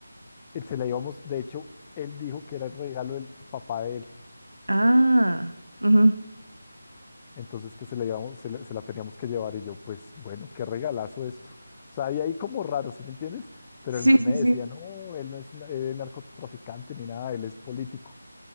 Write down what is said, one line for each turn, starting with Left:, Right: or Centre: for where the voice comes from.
Left: Él Se la íbamos, de hecho, él dijo que era el regalo del papá de él.
Right: Ah, ujú.
Left: entonces que se, la íbamos- se, la se la teníamos que llevar y yo, pues bueno, qué regalazo esto. O sea, y ahí como raro, ¿sí me entiendes? Pero
Right: Sí,
Left: él
Right: sí,
Left: me
Right: sí.
Left: decía, no, él no es na- eh, narcotraficante ni nada, él es político.